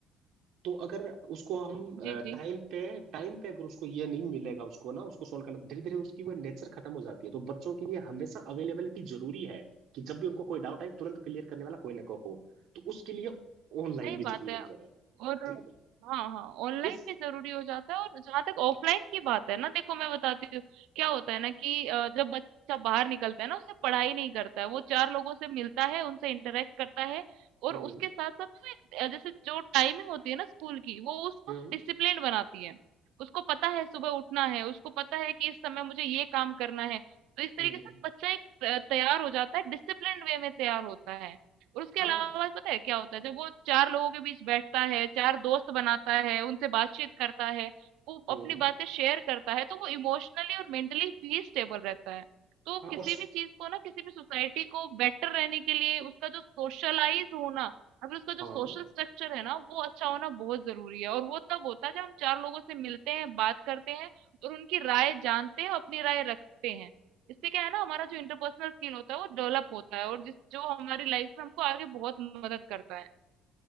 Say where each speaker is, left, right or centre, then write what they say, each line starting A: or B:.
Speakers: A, on the right; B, on the right.
A: तो अगर उसको हम
B: जी, जी।
A: टाइम पे टाइम पे अगर उसको ये नहीं मिलेगा उसको ना उसको सॉल्व करना धीरे धीरे उसकी वो नेचर खत्म हो जाती है तो बच्चों के लिए हमेशा अवेलेबिलिटी जरूरी है कि जब भी उनको कोई डाउट आए तुरंत क्लियर करने वाला कोई ना कोई हो तो उसके लिए ऑनलाइन
B: सही
A: भी
B: बात
A: जरूरी
B: है
A: हो जाता है
B: और
A: है ना तो
B: हाँ, हाँ, ऑनलाइन
A: इस
B: भी ज़रूरी हो जाता है और जहाँ तक ऑफलाइन की बात है ना, देखो मैं बताती हूँ, क्या होता है ना कि अ, जब बच्चा बाहर निकलता है ना, उससे पढ़ाई नहीं करता है, वो 4 लोगों से मिलता है, उनसे इंटरैक्ट करता है और
A: हम्म
B: उसके साथ-साथ ना एक अ, जैसे जो टाइमिंग होती है ना स्कूल की, वो उसको
A: हम्म
B: डिसिप्लिन्ड बनाती है। उसको पता है सुबह उठना है, उसको पता है कि इस समय मुझे ये काम करना है, तो इस तरीके
A: हम्म
B: से बच्चा एक अ, तैयार हो जाता है, डिसिप्लिन्ड वे में तैयार होता है। और उसके
A: हाँ
B: अलावा पता है क्या होता है जब वो चार लोगों के बीच बैठता है चार दोस्त बनाता है उनसे बातचीत करता है वो
A: हम्म
B: अपनी बातें शेयर करता है तो वो इमोशनली और मेंटली भी स्टेबल रहता है तो
A: हाँ
B: किसी
A: और
B: भी चीज को ना किसी भी सोसाइटी को बेटर रहने के लिए उसका जो सोशलाइज होना या फिर उसका जो
A: हाँ
B: सोशल स्ट्रक्चर है ना वो अच्छा होना बहुत जरूरी है और वो तब होता है जब हम चार लोगों से मिलते हैं बात करते हैं और उनकी राय जानते हैं अपनी राय रखते हैं इससे क्या है ना हमारा जो इंटरपर्सनल स्किल होता है वो डेवलप होता है और जिस जो हमारी लाइफ में हमको आगे बहुत मदद करता है